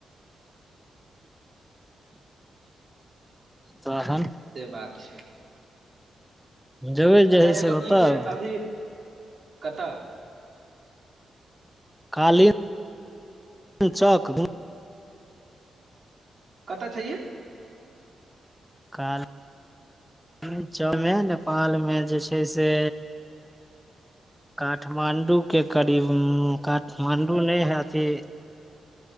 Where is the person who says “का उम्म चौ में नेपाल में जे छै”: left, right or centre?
Centre